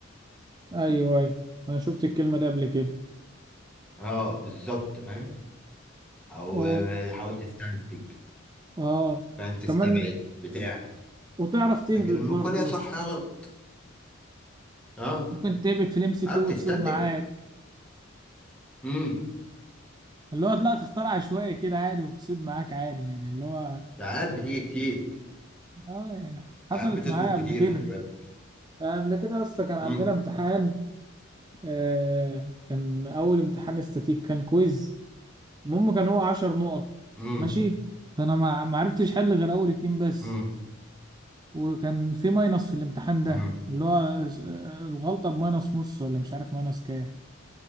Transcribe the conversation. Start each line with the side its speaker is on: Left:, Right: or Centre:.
Right: أيوه أيوه أنا شفت الكلمة دي قبل كده
Centre: اه بالظبط فاهم او
Right: و
Centre: آه، حاول تستنتج
Right: آه
Centre: فاهم تستبعد
Right: كمان
Centre: بتاع
Right: وتعرف تهبط
Centre: لكن المقال
Right: برضه
Centre: يا صح يا غلط اه
Right: ممكن تهبط في الام سي
Centre: اه
Right: كيو
Centre: بتستنتج
Right: وتصيب معاك
Centre: امم
Right: اللي هو لا تختار عشوائي كده عادي وتصيب معاك عادي يعني اللي هو
Centre: ساعات بتيجي كتير
Right: آه يعني حصلت
Centre: ساعات بتسبق
Right: معايا قبل
Centre: كتير
Right: كده
Centre: خلي بالك
Right: قبل كده أصلا كان عندنا
Centre: امم
Right: امتحان آه كان أول امتحان استاتيك كان كويز المهم كان هو 10 نقط
Centre: امم
Right: ماشي فانا ما ما عرفتش حل غير اول اتنين بس
Centre: امم
Right: وكان في ماينص في الامتحان
Centre: امم
Right: ده اللي هو آه، الغلطة بماينص نص ولا مش عارف ماينص كام